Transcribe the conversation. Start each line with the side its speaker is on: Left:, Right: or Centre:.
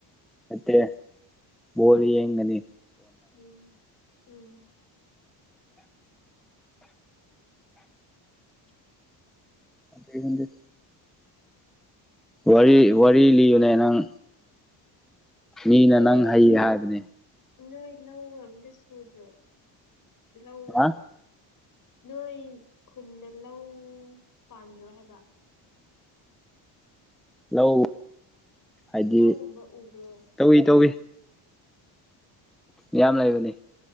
Centre: ꯃꯦ ꯣꯔꯤ ꯌꯦꯒꯅꯤ
Left: ꯎꯝ ꯎꯝ
Centre: ꯗ ꯋꯥ ꯋꯥꯔꯤ ꯂꯒꯂꯅꯪ ꯃꯤꯅ
Left: ꯅꯣꯏ
Centre: ꯅꯪ ꯍꯩꯌꯦ ꯍꯥꯏꯕꯅꯦ
Left: ꯅꯣꯏ ꯂꯧ ꯑꯝꯇ ꯁꯨꯗ꯭ꯔꯣ ꯂꯧꯏ
Centre: ꯍꯥ
Left: ꯅꯣꯏ ꯈꯨꯟꯗ ꯂꯧ ꯄꯥꯟꯗ꯭ꯔꯣ ꯍꯥꯏꯕ
Centre: ꯂꯧ ꯍꯥꯏꯗꯤ
Left: ꯂꯧꯒꯨꯝꯕ ꯎꯕ꯭ꯔꯣ
Centre: ꯇꯧꯏꯤ ꯇꯧꯏ ꯌꯥꯝ ꯂꯩꯕꯅꯤ